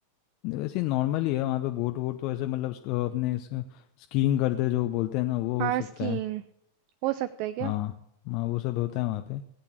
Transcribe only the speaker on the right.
हाँ
स्कीइंग
हो सकता है क्या